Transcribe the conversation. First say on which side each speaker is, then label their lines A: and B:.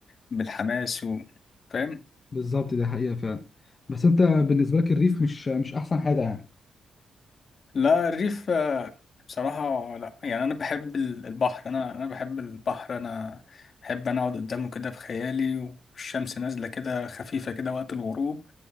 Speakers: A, on the left (about 55°); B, on the left (about 40°).
A: بالحماس و... فاهم
B: بالظبط ده حقيقة فعلا بس انت بالنسبة لك الريف مش مش احسن حاجة يعني
A: لا الريف آه، بصراحة لا يعني انا بحب ال- البحر انا انا بحب البحر انا بحب انا اقعد قدامه كده في خيالي والشمس نازلة كده خفيفة كده وقت الغروب